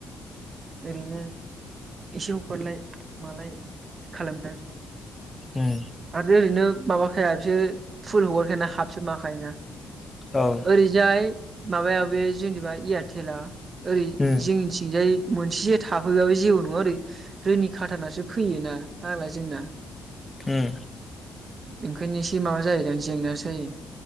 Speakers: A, on the right (about 40°); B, on the left (about 15°).
A: ओरैनो एसे हफोरलाय मालाय खालामगासिनो
B: उम
A: आरो ओरैनो। माबाखाया बिसोर फुल हगारखायाना हाबसो माबाखायो ना
B: औ
A: ओरैजाय माबाया बे जेनेबा एयारटेला ओरै
B: उम
A: जोंनिथिंजाय मोनसे थाफैबाबो जेबो नंङा ओरै रोनि खाथानासो फैयोना‌ फाग्ला जोंना।
B: उम
A: ओंखायनो एसे माबा जायोदां जेंनाजायो।